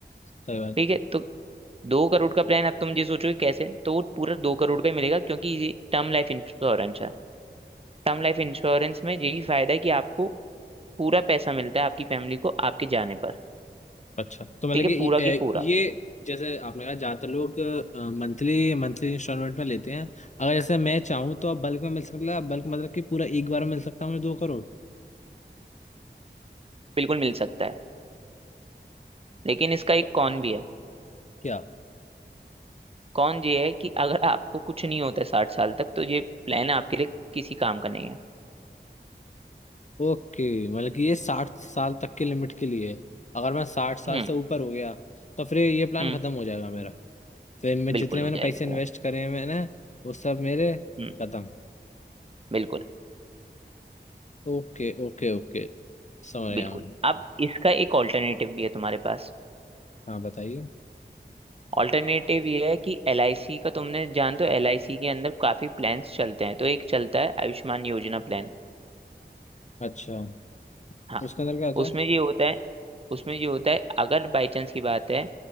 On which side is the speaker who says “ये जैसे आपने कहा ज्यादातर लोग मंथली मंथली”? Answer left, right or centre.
Left